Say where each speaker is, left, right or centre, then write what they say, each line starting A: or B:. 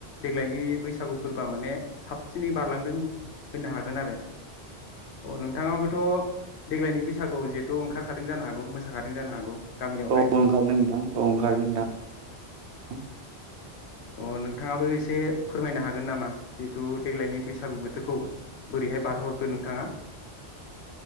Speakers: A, on the left; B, on the right.
A: देग्लायनि बैसागु फोरबोआ माने साबसिनै बारलांदों होननो हागोन आरो अ नोंथाङाबोथ देग्लायनि बैसागुआव जिहेथु ओंखारखादों जानो हागौ मोसाखादों जानो हागौ गामियावहाय
B: औ ओंखारदों नोंदां औ ओंखारदों नोंथां
A: अ नोंथाङाबो एसे फोरमायनो हागोन नामा जिहेथु देग्लायनि बैसागु बोथोरखौ बोरैहाय बारहोहरखो नोंथाङा